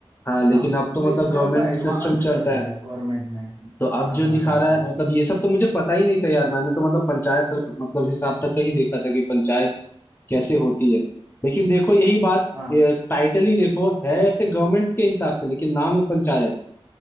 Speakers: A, on the left (about 20°); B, on the right (about 55°).
A: हाँ लेकिन
B: हाँ
A: अब तो
B: तो
A: मतलब
B: ये थोड़ा
A: गवर्नमेंट
B: सा एडवांस
A: सिस्टम चलता
B: कर दिया
A: है
B: गवर्नमेंट ने
A: तो अब
B: हाँ
A: जो
B: हाँ
A: दिखा
B: हाँ
A: रहा
B: हाँ
A: है मतलब ये सब तो मुझे पता ही नहीं था यार मैंने तो मतलब पंचायत मतलब हिसाब तक का ही देखा था कि पंचायत कैसे होती है लेकिन देखो यही बात
B: हाँ
A: टाइटल ही देखो है ऐसे गवर्नमेंट के हिसाब से लेकिन नाम है पंचायत